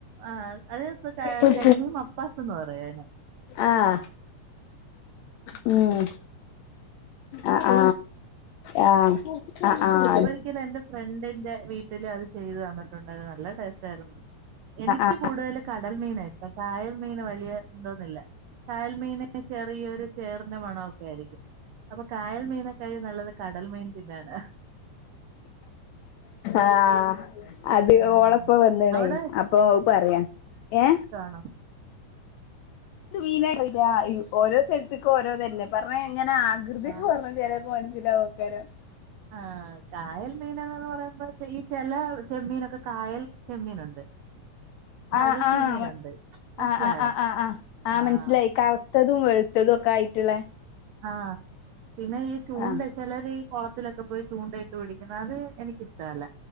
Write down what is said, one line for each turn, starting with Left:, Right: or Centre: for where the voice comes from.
Right: ആ അത് ഇപ്പ
Left: ഉം
Right: കരിമീൻ മപ്പാസ് എന്ന് പറയും. അതിനെ
Left: ആഹ മം ആഹ ആ ആഹ ആൽ
Right: ഒരിക്കൽ എന്റെ ഫ്രണ്ടിന്റെ വീട്ടില് അത് ചെയ്ത് തന്നിട്ടുണ്ടായിത് നല്ല ടേസ്റ്റ് ആയിരുന്നു എനിക്ക്
Left: ആഹ്
Right: കൂടുതൽ കടൽ മീന ഇഷ്ടം കായൽ മീന വലിയ എന്തോന്നില്ല കയൽമീൻ ചെറിയൊരു ചേറിന്റെ മണം ആരിക്കും. അപ്പൊ കായൽ മീനൊക്കെഴ നല്ലത് കടൽ മീൻ തിന്നാന.
Left: ആഹ അത്
Right: ആഹ്
Left: ഓളപ്പ വന്നേണേ
Right: അവിടെ
Left: അപ്പൊ അപ്പോ പറയാ ഏ
Right: ആണോ?
Left: മീന <unintelligible> ഓരോ സ്ഥലത്തേക്കും ഓരോ തന്നെ പറഞ്ഞ എങ്ങനെ ആകൃതിയൊക്കെ
Right: ആഹ്
Left: പറഞ്ഞ പ്പൊമനസ്സിലാവും <unintelligible>
Right: ആഹ്കായൽ മീനന്ന് പറയുമ്പോ ഈ ചില ചെമ്മീനൊക്കെ കായൽ ചെമ്മീനുണ്ട് കടൽ
Left: ആഹ് ആഹ്
Right: ചെമ്മീനുണ്ട് മനസ്സിലായോ
Left: ആഹ് ആഹ് ആഹ് ആഹ് ആ
Right: ആഹ്
Left: മനസ്സിലായി കറുത്തതും വെളുത്തതും ഒക്കെ ആയിട്ടു ള്ളെ
Right: ആഹ് പിന്നെ ഈ ചൂണ്ട
Left: ആഹ്
Right: ചിലര് കുള ത്തിലൊക്കെ പോയി ചൂണ്ടയിട്ട് പിടിക്കുന്ന അത് എനിക്കിഷ്ടമല്ല